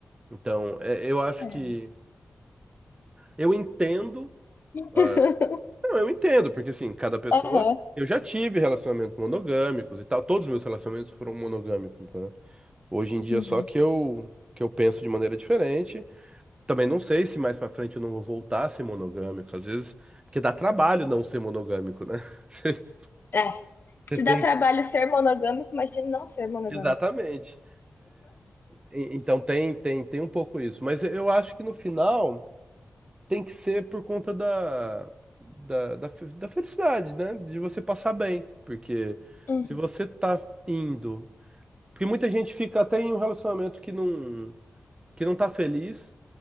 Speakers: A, on the right; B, on the left.
A: Então, é, eu acho
B: É.
A: que eu entendo. ah,
B: <laughs>
A: Não, eu entendo, porque assim, cada pessoa.
B: Aham.
A: Eu já tive relacionamentos monogâmicos e tal. Todos os meus relacionamentos foram monogâmicos, né? Hoje em dia,
B: Uhum.
A: só que eu, que eu penso de maneira diferente. Também não sei se mais pra frente eu não vou voltar a ser monogâmico. Às vezes, porque dá trabalho não ser monogâmico, né? <laughs> Você
B: É.
A: você
B: Se
A: tem.
B: dá trabalho
A: que-
B: ser monogâmico, imagina não ser monogâmico.
A: Exatamente. E- Então tem, tem, tem um pouco isso. Mas eu acho que no final. tem que ser por conta da, da, da, fe- da felicidade, né? De você passar bem. Porque
B: Uhum.
A: se você tá indo. Porque muita gente fica até em um relacionamento que não, que não tá feliz